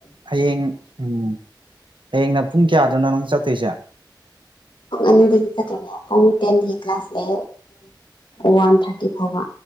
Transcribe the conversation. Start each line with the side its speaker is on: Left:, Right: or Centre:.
Right: ꯍꯌꯦꯡ ꯎꯝ ꯍꯌꯦꯡꯅ ꯄꯨꯡ ꯀꯌꯥꯗꯨꯅ ꯅꯪ ꯆꯠꯇꯣꯏꯁꯦ
Left: ꯉ ꯆꯦ ꯑ ꯇꯦꯟ ꯀ꯭ꯂꯥꯁꯂꯦ ꯋꯥꯟ ꯊꯥꯔꯇꯤ ꯐꯥꯎꯣꯔ